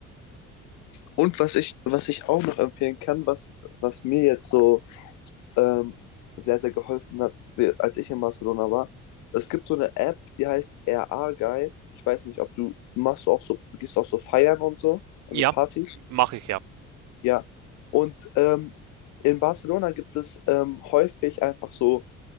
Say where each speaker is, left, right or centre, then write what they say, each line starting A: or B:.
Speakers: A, on the left; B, on the right.
A: und was ich, was ich auch noch empfehlen kann, was, was mir jetzt so ähm, sehr, sehr geholfen hat, wie- als ich in Barcelona war, es gibt so eine App, die heißt RA Guide. Ich weiß nicht, ob du machst du auch so, gehst du auch so feiern und so, also
B: Ja,
A: Partys.
B: mache ich ja.
A: Ja. Und ähm, in Barcelona gibt es ähm, häufig einfach so